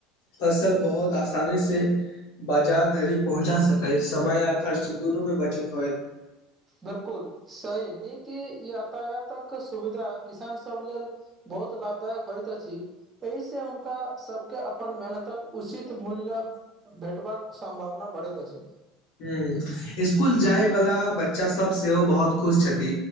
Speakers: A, on the left; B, on the right.
A: फसल बहुत आसानी सँ बाजार धरि पहुँचा सकत समय आ खर्च दुनूमे बचत होयत
B: बिलकुल सहहि नीक यातायातक सुविधा किसान सब लेल। बहुत लाभदायक होइत अछि एहि से हुनका सबके अपन मेहनतक उचित मूल्य, भेटबाक संभावना बढ़ैत अछि
A: जी स्कुल जाय वाला बच्चा सब सेहो बहुत खुश छथि